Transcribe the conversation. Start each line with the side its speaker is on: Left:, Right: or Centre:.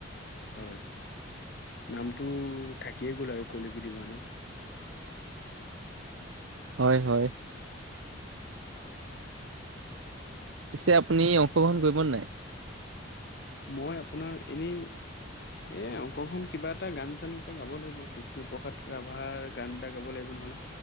Left: হয় নামটো থাকিয়ে গ'ল আৰু ক'লৈক দিব ন
Right: <inaudible> হয় - হয়। পিছে আপুনি অংশগ্ৰহণ কৰিব নাই?
Left: মই আপোনাৰ এনেই এ অংশখন কিবা এটা গান চান এটা গাব লাগিব বিষ্ণুপসাদ ৰাভাৰ গান এটা গাব লাগিব। নহলে